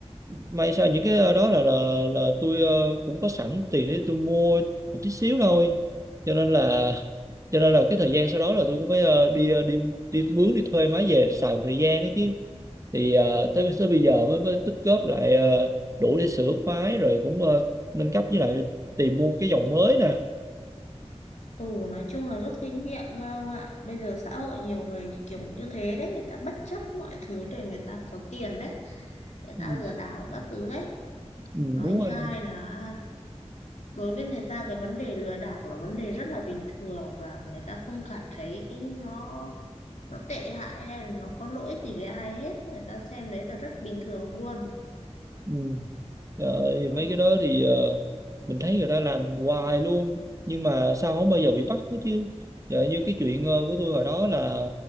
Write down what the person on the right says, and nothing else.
may sao những cái ờ, đó là là là tôi ờ, cũng có sẵn tiền để tôi mua một tí xíu thôi cho nên là <laughs> cho nên là cái thời gian sau đó là tôi cũng phải ờ, đi ờ, đi đi mướn đi thuê máy về xài một thời gian đó chứ thì ờ, tới tới bây giờ mới mới tích góp lại ờ, đủ để sửa máy rồi cũng ờ, nâng cấp với lại tìm mua cái dòng mới nè
ừ,
ừ,
đúng
rồi
nè
ừ. Rồi,
mấy cái đó thì ờ, mình thấy người ta làm hoài luôn nhưng mà sao không bao giờ bị bắt hết chứ giờ như cái chuyện ờ, của tôi hồi đó là